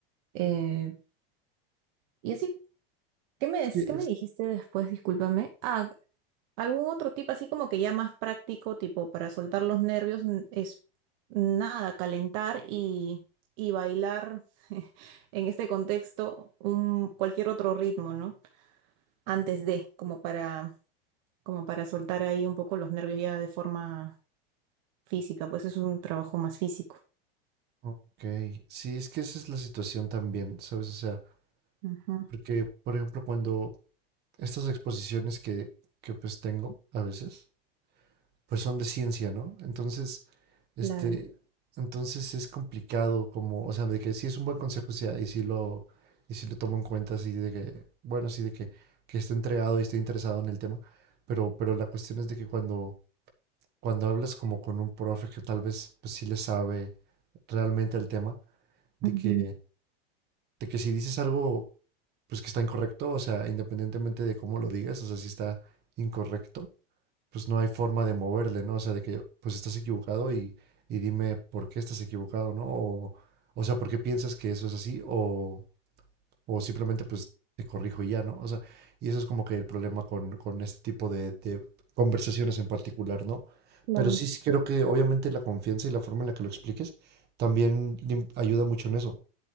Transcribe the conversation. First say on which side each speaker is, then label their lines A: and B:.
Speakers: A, on the right; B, on the right.
A: Eh, y así, ¿qué me,
B: Es
A: des-
B: que es-
A: qué me dijiste después? Discúlpame. Ah, algún otro tip así como que ya más práctico, tipo para soltar los nervios, n- es nada, calentar y, y bailar <laughs> en este contexto un, cualquier otro ritmo, ¿no? Antes de, como para, como para soltar ahí un poco los nervios ya de forma física, pues es un trabajo más físico.
B: Ok, sí, es que esa es la situación también, ¿sabes? O sea,
A: Ajá,
B: porque, por ejemplo, cuando estas exposiciones que, que pues tengo a veces, pues son de ciencia, ¿no? Entonces, este,
A: claro.
B: entonces es complicado como, o sea, de que sí es un buen consejo, sí, y sí lo, y sí lo tomo en cuenta, así de que, bueno, sí, de que, que esté entregado y esté interesado en el tema, pero, pero la cuestión es de que cuando cuando hablas como con un profe que tal vez pues, sí le sabe realmente el tema, de
A: Ujú,
B: que, de que si dices algo pues que está incorrecto, o sea, independientemente de cómo lo digas, o sea, si está incorrecto, pues no hay forma de moverle, ¿no? O sea, de que pues estás equivocado y, y dime por qué estás equivocado, ¿no? O, o sea, ¿por qué piensas que eso es así? O, o simplemente pues te corrijo y ya, ¿no? O sea, y eso es como que el problema con, con este tipo de, de conversaciones en particular, ¿no?
A: claro.
B: Pero sí, sí creo que obviamente la confianza y la forma en la que lo expliques también lim- ayuda mucho en eso.